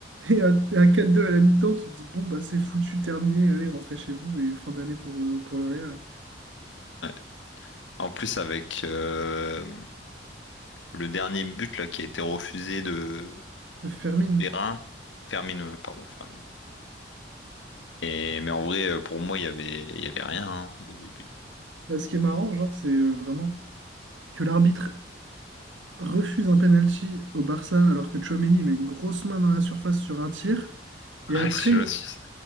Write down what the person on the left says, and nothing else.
Ouais. En plus, avec euh, le dernier but là, qui a été refusé de.
Perrin, Fermine, euh, pardon, Fermine. Et, mais en vrai, euh, pour moi, il y avait, il y avait rien. hein. Il y avait but.
Ah,
celui-là, si.